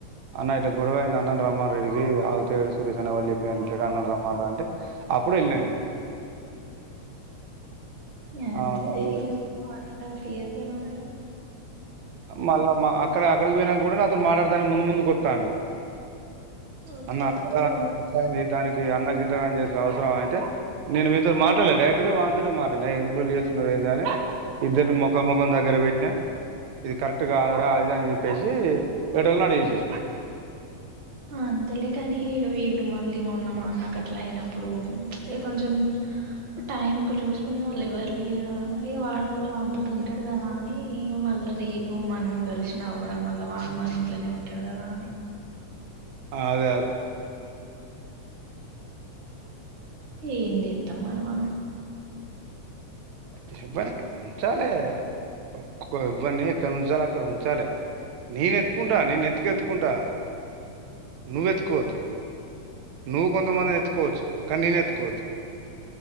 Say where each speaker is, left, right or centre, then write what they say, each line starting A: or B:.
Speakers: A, on the right; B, on the right.
A: అన్న ఇట్లా గొడవ అయింది, అన్నన్ రమ్మన్ రా ఈడీకి ఆగుతలేడు, సురేష్ అన్న వాళ్ళు చెప్పనా వినట్లేదు అన్న న్ రమ్మన్ రా అంటే అప్పుడు వెళ్ళినా నేను
B: అంతేలే
A: ఆ అది
B: <inaudible> తర్వాత
A: మళ్ళా మా అక్కడ అక్కడికి పోయినా కూడా నాతోను మాట్లాడతానికి ముందు ముందు కొత్తండు
B: వత్తే
A: అన్న
B: మాత్రం
A: అ
B: ఎందు
A: <inaudible> దాని ఇ అన్నకి ఇంతగానం చేసిరు అవసరమా అంటే, నేను వీనితో మాట్లాడలే డైరెక్ట్గా వానితోనే మాట్లాడిన, ఎందుకు లొల్లి చేస్తున్నారు ఏంది అని ఇద్దరిని ముఖ ముఖామ్ దగ్గర బె డ ఇది కరెక్ట్ కాదురా ఆది ఇది అని చెప్పేసి ఎటిల్ నీ అట్ చేేసేసిన
B: అంతేలే కాని ఇక వీడు మళ్ళీ మొన్న మా అన్నకట్లా అయినప్పుడు, ఇక కొంచెం టైం కు చూసుకునే వాళ్ళు ఎవరు లేర్ కదా, ఇక వాడు మళ్ళీ వాడితోటి ఉంటాడు, కదా అని ఇక మళ్ళా రేపు మనం కలిసినా కూడా మళ్ళా వాడు మన ఇంట్లనే ఉంటాడు కదా అని.
A: ఆ అదే అదే
B: ఏం చెత్తం మరి మనం
A: ఇవ్వన్ ఉంచాలే ఒకొ ఎవ్వని ఎక్కడ ఉంచాలే, అక్కడ ఉంచాలే, నేనెతుకుంటా నేన్ నేత్తుకెత్తుకుంటా నువ్వెత్తుకోవద్దు నువ్వు కొంతమంది ఎత్తుకోవచ్చు కానీ నేను ఎత్తుకోవద్దు